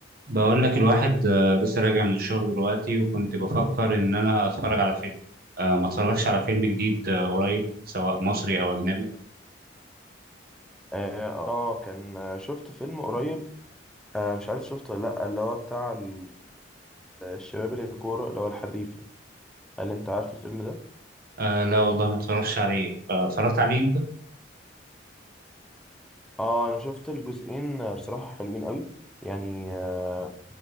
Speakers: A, on the right; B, in the centre.
A: بقول لك الواحد آه، لسه راجع من الشغل دلوقتي وكنت بفكر ان انا اتفرج على فيلم آه، ما اتفرجش على فيلم جديد آه، قريب سواء مصري او اجنبي
B: اه آه، كان آه، شفت فيلم قريب آه مش عارف شفته ولا لا اللي هو بتاع ال- الشباب اللي الكورة اللي هو الحريفة هل انت عارف الفيلم ده؟
A: آه لا والله ما اتفرجش عليه آه اتفرجت عليه انت
B: اه انا شفت الجزئين آه، بصراحة حلوين قوي يعني آه